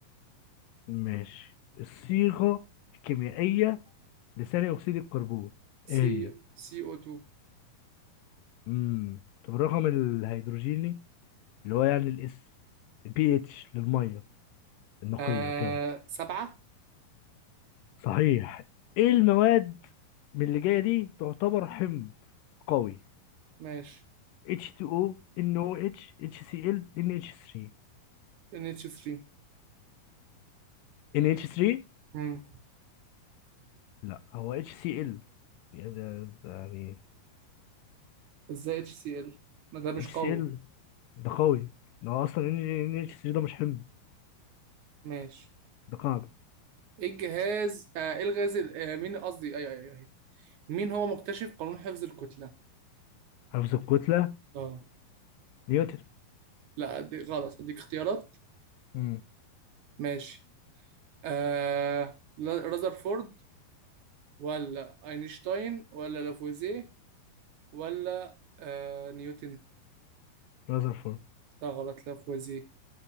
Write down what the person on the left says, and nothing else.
ماشي الصيغه الكيميائيه لثاني اكسيد الكربون ايه
هي
امم طب الرقم الهيدروجيني اللي هو يعني الاس البي اتش للميه النقية
كانت
صحيح ايه المواد من اللي جاية دي تعتبر حمض قوي
H2O NOH HCl NH3
NH3
لا هو HCl يعني ده- ده يعني
HCl
ده قوي ده هو اصلا NH3 ده مش حمض
ده قاعدة
حفظ الكتلة
نيوتن
امم
رذرفورد